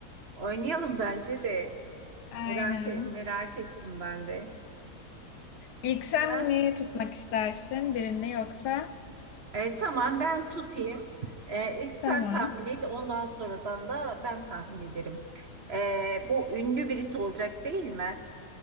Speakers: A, on the right; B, on the left.
A: Oynayalım bence de.
B: Aynen.
A: Merak, e, merak ettim ben de.
B: İlk sen
A: Ha?
B: mi tutmak istersin birini yoksa?
A: E, tamam ben tutayım. E, ilk sen
B: Tamam.
A: tahmin et ondan sonradan da ben tahmin ederim. E, bu ünlü birisi olacak değil mi?